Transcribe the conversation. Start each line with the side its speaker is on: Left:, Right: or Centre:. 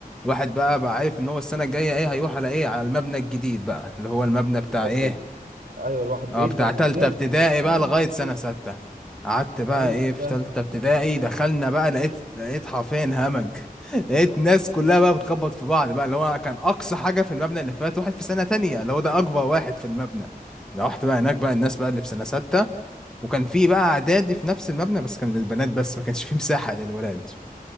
Centre: الواحد بقى بقى عارف إن هو السنة الجاية إيه هيروح على إيه على المبنى الجديد بقى اللي هو المبنى بتاع
Right: المبدأ
Centre: إيه
Right: الجديد ايوه الواحد بيكبر
Centre: اه بتاع
Right: انا
Centre: تالتة
Right: كبرت
Centre: ابتدائي بقى
Right: <laughs>
Centre: لغاية سنة ستة قعدت بقى
Right: ايوه
Centre: ايه
Right: فاهمك
Centre: في تالتة ابتدائي دخلنا بقى لقيت لقيت حرفيا همج <laughs> لقيت ناس كلها بقى بتخبط في بعض بقى اللي هو كان أقصى حاجة في المبنى اللي فات واحد في سنة تانية اللي هو ده أكبر واحد في المبنى لو رحت بقى هناك بقى الناس بقى اللي في سنة ستة وكان في بقى إعدادي في نفس المبنى بس كان للبنات بس ما كانش فيه مساحة للولاد